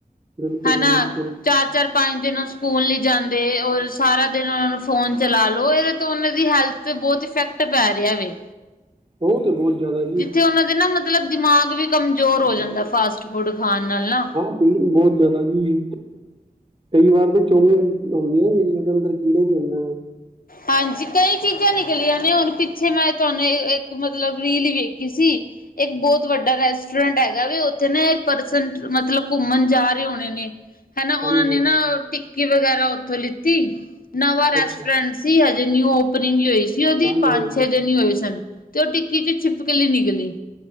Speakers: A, on the right; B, on the left.
A: ਬਿਲਕੁਲ
B: ਹੈਨਾ।
A: ਜੀ ਬਿਲਕੁਲ
B: ਚਾਰ ਚਾਰ -ਪੰਜ ਦਿਨ ਓ ਸਕੂਲ ਨੀ ਜਾਂਦੇ, ਔਰ ਸਾਰਾ ਦਿਨ ਓਨਾ ਨੂੰ ਫ਼ੋਨ ਚਲਾ ਲੋ ਏਦੇ ਤੋਂ ਓਨਾ ਦੀ ਹੈਲਥ ਤੇ ਬੋਤ ਇਫੈਕਟ ਪੈ ਰਿਆ ਵੇ।
A: ਓ ਤੇ ਬੋਤ ਜਾਦਾ
B: ਜਿੱਥੇ ਓਨਾਂ ਦੇ ਨਾ ਮਤਲਬ ਦਿਮਾਗ ਵੀ ਕਮਜ਼ੋਰ ਹੋ ਜਾਂਦਾ ਫਾਸਟ ਫੂਡ ਖਾਣ ਨਾਲ ਨਾ।
A: <inaudible> ਬੋਤ ਜਾਦਾ ਜੀ ਕਈ ਵਾਰ ਤਾਂ ਚੌਮੀਨ ਹੋਂਦੀ ਐ ਜੇੜੀ, ਓਦੇ ਅੰਦਰ ਕੀੜੇ ਵੀ ਹੁੰਦੇ ਨੇ।
B: ਹਾਂਜੀ, ਕਈ ਚੀਜ਼ਾਂ ਨਿਕਲੀਆਂ ਨੇ ਹੁਣ ਪਿੱਛੇ ਮੈਂ ਤੋਹਾਨੂੰ ਏੱਕ--ਮਤਲਬ ਰੀਲ ਹੀ ਵੇਖੀ ਸੀ। ਏੱਕ ਬੋਤ ਵੱਡਾ ਰੈਸਟੋਰੈਂਟ ਹੈਗਾ ਵੇ, ਉੱਥੇ ਨਾ ਏੱਕ ਪਰਸਨ ਮਤਲਬ ਘੁੰਮਣ ਜਾ ਰੇ ਹੋਣੇ ਨੇ। ਹੇਨਾ,
A: ਹਾਂਜੀ
B: ਓਨਾਂ ਨੇ
A: ਹਾਂਜੀ
B: ਨਾ ਟਿੱਕੀ ਵਗੈਰਾ ਉੱਥੋਂ ਲਿੱਤੀ ਨਵਾਂ ਰੈਸਟੋਰੈਂਟ
A: ਅੱਛਾ
B: ਸੀ ਹਜੇ ਨਿਊ ਓਪਨਿੰਗ ਹੋਈ ਸੀ ਓਦੀ,
A: ਹਾਂਜੀ
B: ਪੰਜ
A: ਹਾਂਜੀ
B: -ਛੇ ਦੇਨ ਹੀ ਹੋਏ ਸਨ। ਤੇ ਓ ਟਿੱਕੀ ਚ ਛਿਪਕਲੀ ਨਿਕਲੀ।